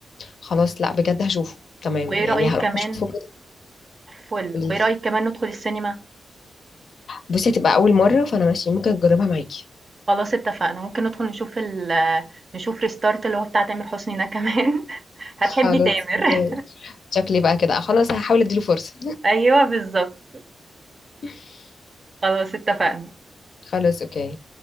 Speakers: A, on the left; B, on the right.
A: خلاص لا بجد هشوفه تمام
B: وإيه
A: يعني
B: رأيِك
A: هروح
B: كمان
A: اشوفه كده
B: فُل،
A: قوليلي
B: وإيه رأيِك كمان ندخل السينما؟
A: بصي هتبقى اول مرة فانا ماشي ممكن اجربها معاكي
B: خلاص اتفقنا ممكن ندخل نشوف ال نشوف ريستارت اللي هو بتاع تامر حسني ده كمان <laughs> هتحبي
A: خلاص
B: تامر
A: اوكي شكلي بقى كده خلاص هحاول اديله فرصة
B: <laughs> ايوه بالظبط
A: <laughs>
B: خلاص اتفقنا
A: خلاص اوكي